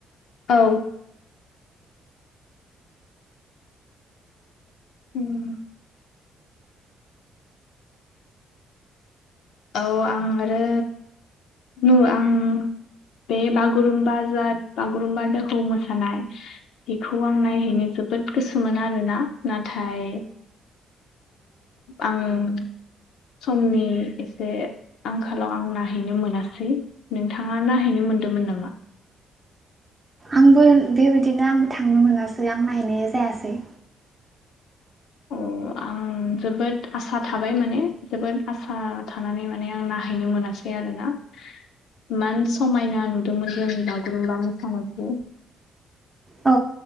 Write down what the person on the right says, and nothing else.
आंबो बेबायदिनो आंबो थांनो मोनासै आं नायहैनाय जायासै
औ